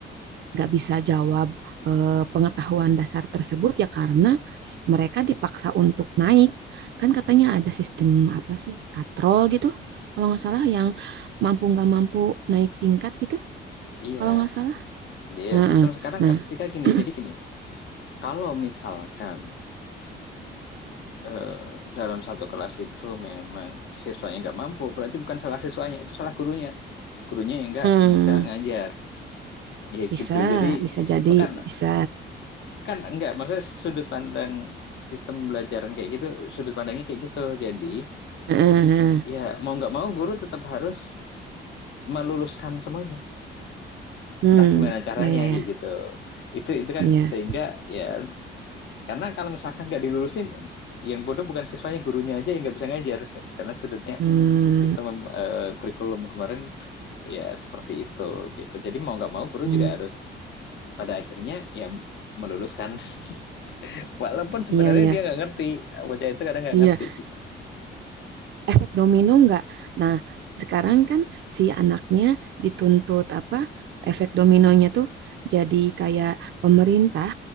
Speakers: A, on the right; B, on the left.
A: nggak bisa jawab eh, pengetahuan dasar tersebut ya karena mereka dipaksa untuk naik. Kan katanya ada sistem apa sih, katrol gitu, kalau nggak salah yang mampu nggak mampu naik tingkat gitu,
B: iya.
A: kalau nggak salah.
B: Iya,
A: Nah,
B: sistem
A: eh,
B: sekarang
A: nah,
B: ketika gini,
A: <clears throat>
B: jadi gini. Kalau misalkan eh, dalam satu kelas itu memang siswanya nggak mampu, berarti bukan salah siswanya, itu salah gurunya. Gurunya yang nggak
A: hmm,
B: bisa ngajar. Ya
A: bisa,
B: gitu. Jadi,
A: bisa jadi,
B: bukan
A: bisa.
B: kan enggak, maksudnya sudut pandang sistem pembelajaran kayak gitu, sudut pandangnya kayak gitu. Jadi,
A: Heeh,
B: ya mau nggak mau guru tetap harus meluluskan semuanya.
A: Hmm,
B: Entah gimana caranya
A: ya ya ya,
B: kayak gitu. Itu itu kan
A: iya.
B: sehingga ya karena kalau misalkan nggak dilulusin yang bodoh bukan siswanya gurunya aja yang nggak bisa ngajar karena sudutnya
A: Hmm,
B: sistem eh, kurikulum kemarin ya seperti itu gitu. Jadi mau nggak mau guru
A: hmm,
B: juga harus pada akhirnya ya meluluskan <laughs> walaupun sebenarnya
A: iya ya,
B: dia nggak ngerti bocah itu kadang nggak
A: iya
B: ngerti gitu.
A: efek domino enggak? Nah, sekarang kan si anaknya dituntut apa? Efek dominonya tuh jadi kayak pemerintah